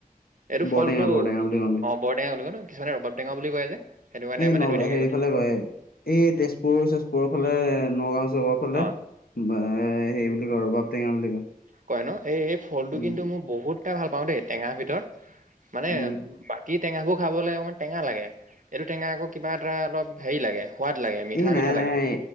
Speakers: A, on the right; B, on the left.
A: এইটো
B: বৰটেঙা
A: ফলটো
B: বৰটেঙা বুলি কওঁ আমি
A: অ' বৰটেঙা বুলি কয় ন কিছুমানে ৰবাব টেঙা বুলি কয় যে সেইটো কাৰণে
B: এই
A: মানে দুইটাকে কৈছোঁ।
B: <unintelligible> এই তেজপুৰ চেজ পুৰৰ ফালে নগাঁও চহৰ ফালে
A: অ
B: হেৰি বুলি কয়, আৰু ৰবাবটেঙা বুলি কয়।
A: কয় ন এই- এই ফলটো
B: উম
A: কিন্তু মই বহুতটা ভাল পাওঁ দেই টেঙাৰ ভিতৰত মানে
B: উম
A: বাকী টেঙাবোৰ খাবলৈ অকণমান টেঙা লাগে, এইটো টেঙা আকৌ কিবা এটা অলপ হেৰি লাগে। সোৱাদ লাগে মিঠা
B: এ নাই-
A: মিঠা
B: নাই
A: লাগে মোক